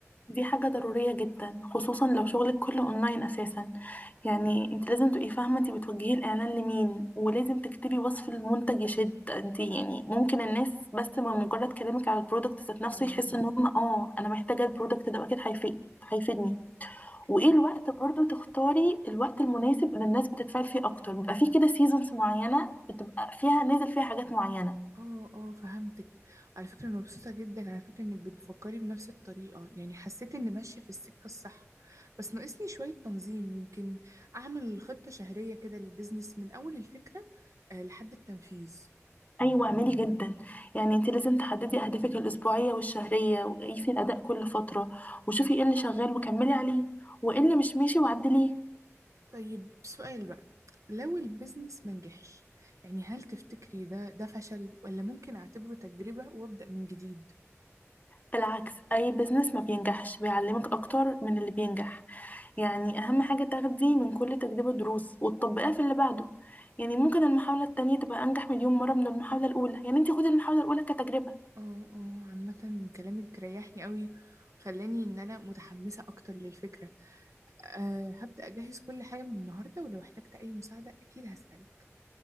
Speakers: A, on the left; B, on the right.
A: دي حاجة ضرورية جدا خصوصا لو شغلك كله أونلاين أساسا يعني انت لازم تبقي فاهمة انت بتوجهي الإعلان لمين ولازم تكتبي وصف المنتج يشد انت يعني ممكن الناس بس من مجرد كلامك على البرودكت ذات نفسه
B: اه
A: يحس ان هم اه أنا محتاجة البرودكت ده أكيد هيفيد هيفيدني
B: اوكي
A: وايه الوقت برضو تختاري الوقت المناسب اللي الناس بتتفاعل فيه اكتر بيبقى فيه كده سيزونز معينه بتبقى فيها نازل فيها حاجات معينه
B: اه اه فهمتك على فكرة انا مبسوطة جدا على فكرة انك بتفكري بنفس الطريقة يعني حسيت اني ماشية في السكة الصح بس ناقصني شوية تنظيم يمكن اعمل خطة شهرية كده للبيزنس من اول الفكرة آه، لحد التنفيذ
A: ايوه اعملي جدا يعني انت لازم تحددي اهدافك الاسبوعيه والشهريه وقيسي الاداء كل فتره وشوفي ايه اللي شغال وكملي عليه وايه اللي مش ماشي وعدليه
B: طيب سؤال بقى لو البيزنس منجحش يعني هل تفتكري ده ده فشل ولا ممكن أعتبره تجربة وأبدأ من جديد؟
A: بالعكس اي بزنس ما بينجحش بيعلمك اكتر من اللي بينجح يعني أهم حاجة تاخدي من كل تجربة دروس وتطبقيها في اللي بعده يعني ممكن المحاولة التانية تبقى أنجح مليون مرة من المحاولة الأولى يعني انتي خدي المحاولة الأولى كتجربة
B: اه اه عامة كلامك ريحني قوي خلاني إن أنا متحمسة أكتر للفكرة أه هبدأ أجهز كل حاجة من النهاردة ولو احتجت أي مساعدة أكيد هسألك